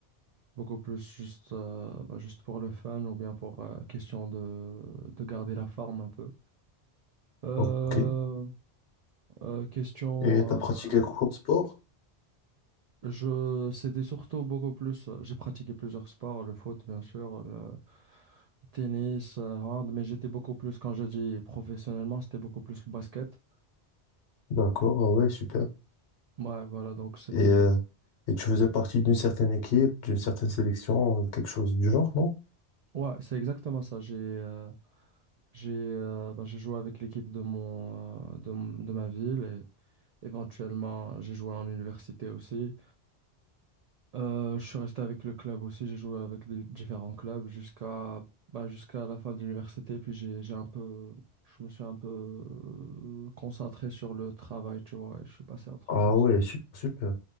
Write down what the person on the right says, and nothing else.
beaucoup plus juste, euh, ben, juste pour le fun ou bien pour euh, question de, de garder la forme un peu. Euh,
euh, question,
euh,
Je, c'était surtout beaucoup plus. euh, J'ai pratiqué plusieurs sports, le foot, bien sûr, le tennis, euh, hand, mais j'étais beaucoup plus, quand je dis professionnellement, c'était beaucoup plus le basket.
Ouais, voilà, donc c'était
beaucoup.
Ouais, c'est exactement ça. J'ai euh, j'ai euh, ben, j'ai joué avec l'équipe de mon euh, de, m- de ma ville et éventuellement j'ai joué en université aussi. Euh, je suis resté avec le club aussi, j'ai joué avec des différents clubs jusqu'à bah, jusqu'à la fin de l'université, puis j'ai j'ai un peu je me suis un peu euh, concentré sur le travail, tu vois, et je suis passé à autre
chose.